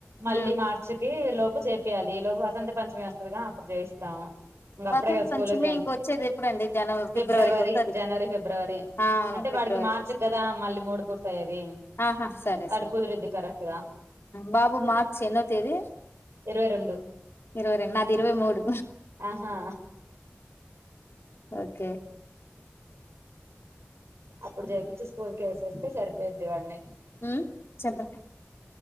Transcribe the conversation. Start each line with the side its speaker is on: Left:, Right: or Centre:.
Right: మళ్ళీ
Left: ఉమ్
Right: మార్చికిి లోప్ చేపియ్యాలి ఈ లోపు వసంత పంచమి వస్తుందిగా అప్పుడు చేయిస్తాము ఇంగ అప్పుడే
Left: వసంత్
Right: కదా స్కూల్
Left: పంచమి
Right: జాయిన్
Left: ఇంకొచ్చేది ఎప్పుడండి జనవరి
Right: ఫిబ్రవరి
Left: ఫిబ్రవరికి వత్తాది
Right: జనవరి ఫిబ్రవరి
Left: ఆ అవును
Right: అంటే
Left: ఫిబ్రవరికి
Right: వాడికి మార్చి
Left: వస్
Right: కదా మళ్ళీ మూడు పూర్తయ్యేది
Left: ఆహా సరే
Right: వాడు
Left: సరే
Right: కుదిరిద్ది కరెక్ట్ గా
Left: బాబు మార్చ్ ఎన్నో తేదీ
Right: ఇరవై రెండు
Left: ఇరవై రెండు నాది ఇరవై మూడు
Right: ఆహా
Left: ఓకే
Right: అప్పుడు జెర్పిచి స్కూల్ కి వేసేస్తే సరిపోయిద్ది వాన్ని
Left: మ్మ్ చెప్రా